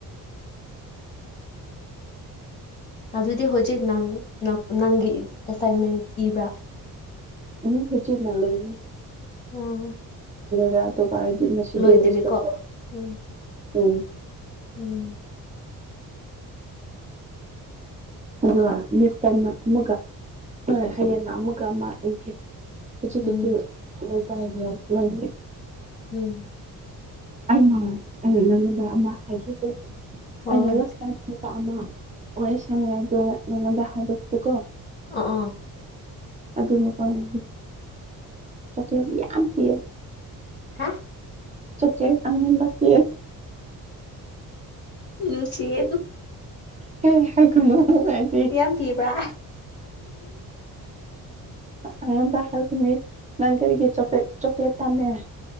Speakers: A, on the left; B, on the right.
A: ꯑꯗꯨꯗꯤ ꯍꯧꯖꯤꯛ ꯅꯪ ꯅꯪꯒꯤ ꯑꯦꯁꯥꯏꯟꯃꯦꯟ ꯏꯕ꯭ꯔꯥ
B: ꯎꯝ ꯍꯨꯆꯤ ꯅꯂ ꯂꯩꯦ
A: ꯎꯝ
B: ꯔ ꯑꯗꯨꯣ ꯄꯔ ꯃꯁꯤꯁꯤꯔꯕꯁ
A: ꯂꯣꯏꯗ꯭ꯔꯤꯀꯣ ꯎꯝ
B: ꯎꯝ
A: ꯎꯝ
B: ꯑꯗꯨꯒ ꯅꯦꯛꯁ ꯇꯥꯏꯝꯅ ꯑꯃꯨꯛꯒ ꯍꯌꯦꯡꯅ ꯑꯃꯨꯛꯀ‌ ꯑꯃ ꯑꯩꯒꯦ ꯎ ꯎꯆꯖꯤ
A: ꯎꯝ
B: ꯀꯦ ꯑꯣꯏ ꯃ <inaudible>
A: ꯎꯝ
B: ꯑꯩꯅ-ꯑꯩꯅ ꯅꯪꯑ‌‌ꯣꯟꯗ ꯑꯃ ꯍꯥꯏꯒ‌ꯦꯀ‌ꯣ
A: ꯍꯣꯏ
B: ꯑꯩꯅ ꯂꯥꯁ ꯇꯥꯏꯝ ꯅꯨꯄꯥ ꯑꯃ ꯋꯥꯔꯤ ꯁꯥꯟꯅꯩ ꯍꯥꯢꯕꯗꯨ ꯅꯪꯑꯣꯟꯗ ꯍꯥꯕꯗꯨ ꯀꯣ
A: ꯑꯣ-ꯑꯣ
B: ꯑꯗꯨ ꯃꯄꯗ ꯆꯣꯀ꯭ꯂꯦꯠꯁꯤ ꯌꯥꯝ ꯀꯤꯌꯦꯦ <inaudible>
A: ꯍꯥ
B: ꯆꯣꯛꯀ꯭ꯂꯦꯠ ꯑꯃꯨꯟꯕ <inaudible>
A: ꯎ ꯁꯤ <inaudible>
B: ꯍꯦ ꯍꯥꯏ ꯀꯅꯨ <inaudible>
A: ꯌꯥꯝ ꯀꯤꯕ꯭ꯔꯥ
B: ꯑꯩꯉꯣꯡꯗ ꯍꯥꯏꯕꯅꯦ ꯅꯪ ꯀꯔꯤꯒꯤ ꯆ꯭ꯂꯦ ꯆꯣꯛꯂꯦꯠ ꯄꯥꯝꯃꯦ